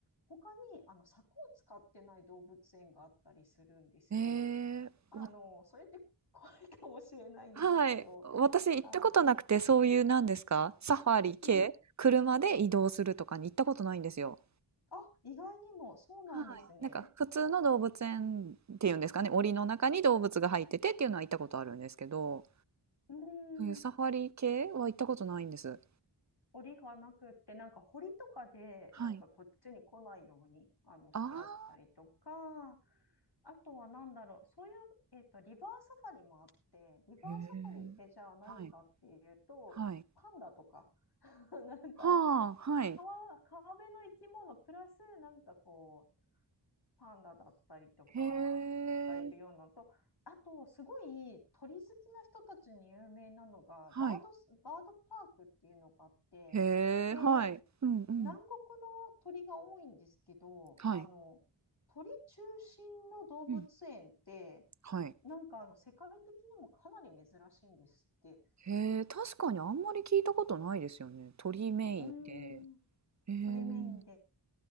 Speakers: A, on the left; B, on the right.
A: 他にあの柵を使ってない動物園があったりするんですよ。
B: ええ、
A: あの、
B: わ
A: それって怖いかもしれないんですけど、
B: はい。私行ったことなくて、
A: あ、
B: そういうなんですか、サファリ系、
A: うん。
B: 車で移動するとかに行ったことないんですよ。
A: あ、意外にもそうなんですね。
B: はい。なんか普通の動物園っていうんですかね、檻の中に動物が入っててっていうのは行ったことあるんですけど。
A: う
B: そういうサファリ系は行ったことないんです。
A: ーん。檻がなくって、なんか堀とかで、
B: はい。
A: なんかこっちに来ないように、あの、してあったりとか、
B: ああ。
A: あとはなんだろう、そういう、えっと、リバーサファリもあって、リバーサファリってじゃあ何かっていうと、
B: へえ。はい、はい。
A: パンダとか、<laughs> なんか
B: はあ、はい。
A: 川、川辺の生き物プラス、なんかこう、パンダだったりとかがいるようなのと、
B: へえ、
A: あと、すごい鳥好きな人たちに有名なのが、
B: はい。
A: バードス、バードパークっていうのがあって、
B: へえ、
A: で、
B: はい。うんうん。
A: 南国の鳥が多いんですけど、
B: はい。
A: あの、鳥中心の動物園って、
B: うん。はい。
A: なんかあの、世界的にもかなり珍しいんですって。
B: へえ、確かにあんまり聞いたことないですよね。鳥メインで。
A: うーん、
B: へえ。
A: 鳥メインで。